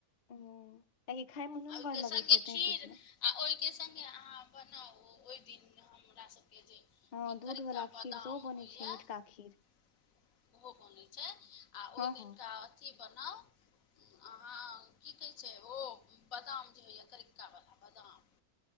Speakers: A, on the left (about 40°); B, on the left (about 75°).
A: हूँ कियाकि खाय मे नुनगर
B: आ ओइके
A: लगै
B: संगे
A: छै तैं
B: खीर
A: पुछलौं
B: आ ओइ के संगे अहाँ बनाउ ओइ दिन हमरा सबके जे
A: हँ
B: ई
A: दूध
B: करीक्का
A: वला खीर
B: बादाम
A: सेहो बनै
B: होइये
A: छै मिठका
B: ओहो
A: खीर
B: बनै छै आ
A: हँ
B: ओइ
A: हँ
B: दिनका अथी बनाउ। अहाँ की कहै छै ओ बदाम जे होइये करिक्का बला बदाम।